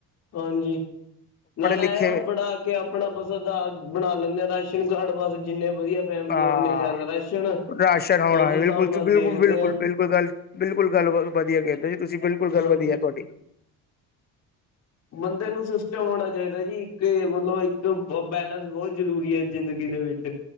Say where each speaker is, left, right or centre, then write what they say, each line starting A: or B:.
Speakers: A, on the left; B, on the left.
A: ਹਾਂਜੀ ਨਾਲ ਐ
B: ਲਿਖੇ
A: ਬਣਾ ਕੇ ਆਪਣਾ ਬਸਦਾ ਬਣਾ ਲੈਂਦੇ ਆ ਰਾਸ਼ਨ ਕਾਰਡ ਬਸ ਜਿੰਨੇ ਵਧੀਆ ਫੈਮਿਲੀ
B: ਅ
A: ਓਨੇ ਜਾਦਾ ਰਾਸ਼ਨ
B: ਰਾਸ਼ਨ
A: ਉਸ
B: ਹਾਂ
A: ਹਿਸਾਬ
B: ਬਿਲਕੁਲ-ਬਿਲਕੁਲ-ਬਿਲਕੁਲ-ਬਿਲਕੁਲ
A: ਨਾਲ ਦੇਖਦੇ ਹਾਂ
B: ਗੱਲ ਬਿਲਕੁਲ ਗੱਲ ਵ ਵਧੀਆ ਕੈੰਦੇ ਜੀ ਤੁਸੀਂ ਬਿਲਕੁਲ ਗੱਲ
A: ਹਾਂਜੀ
B: ਵਧੀਆ ਤੁਆਡੀ।
A: ਬੰਦੇ ਨੂੰ ਸਿਸਟਮ ਹੋਣਾ ਚਾਇਦਾ ਜੀ ਇੱਕ ਮਤਲਬ ਇੱਕ ਬੈਲੈਂਸ ਬੋਤ ਜ਼ਰੂਰੀ ਐ ਜ਼ਿੰਦਗੀ ਦੇ ਵਿੱਚ।